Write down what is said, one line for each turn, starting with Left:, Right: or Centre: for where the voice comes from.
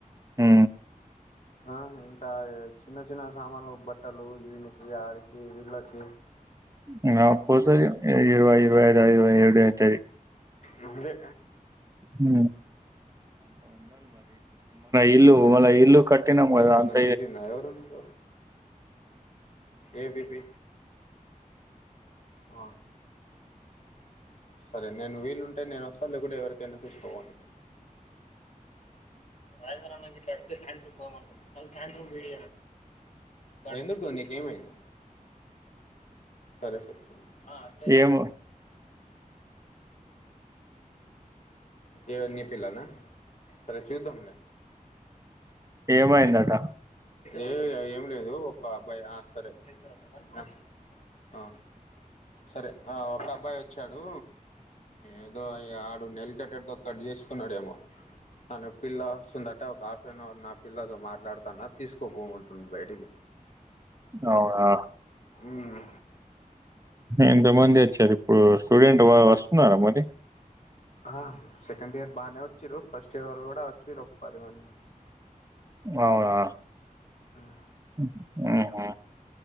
Right: మ్
Left: ఆ ఇంకా చిన్న చిన్న సామాన్లు బట్టలు, ఈనికి, ఆడికి, వీళ్ళకి.
Right: ఇంగ పోతది. ఇరవై, ఇరవై ఐదు ఆయ. ఇరవై ఏడు అయితది.
Left: ముందే
Right: మ్ ఇల్లు మన ఇల్లు కట్టినాం
Left: నేను
Right: కదా
Left: కొంచెం
Right: అంత
Left: బిజీ ఉన్నా. ఎవరండి మీరు ఏ బీపి ఆ సరే నేను వీలుంటే నేను వస్తా లేకుంటే ఎవరికైనా పిలుచుకోపోండి. రాజేంద్ర అ ఇట్ అడుతే సాయంత్రం పోవమంది క సాయంత్రం వీడి ఎందుకు నీకేమైంది? సరె సరె చూద్దాం. ఆ అట్లే
Right: ఏమో
Left: ఎవర్ నీ పిల్లల్నా? సరే చూద్దాం లే.
Right: ఏమైందట
Left: ఏ అయేమన్ లేదు ఒక అబ్బాయి. ఆ సరే. అ. అ. సరే. ఆ ఒక అబ్బాయో వచ్చాడు. ఏదో ఆడు నెయిల్ కట్టర్ తో కట్ చేసుకున్నాడేమో! ఆ నొప్పిల్ల వస్తుందట ఒక ఆ అన నా పిల్లతో మాట్లాడతాన్న తీసుకపోమంటుండు బయటికి.
Right: అవునా!
Left: మ్మ్
Right: ఎంత మంది వచ్చారు ఇప్పుడు? స్టూడెంట్ వ వస్తున్నారా మరి?
Left: ఆ సెకండ్ ఇయర్ బానే వచ్చిర్రు ఫస్ట్ ఇయర్ వాళ్ళు కూడ వచ్చిర్రు. ఒక పది మంది.
Right: అవునా
Left: మ్
Right: మ్హు మ్ హు